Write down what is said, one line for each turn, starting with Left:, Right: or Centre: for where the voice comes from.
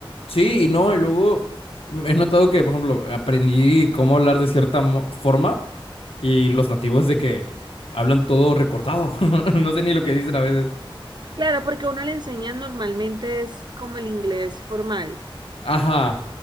Left: Sí, y no, y luego mm, he notado que, por ejemplo, aprendí cómo hablar de cierta mo- forma y los nativos de que hablan todo recortado. <laughs> No sé ni lo que dicen a veces.
Right: Claro, porque a uno le enseña normalmente es como el inglés formal.
Left: Ajá,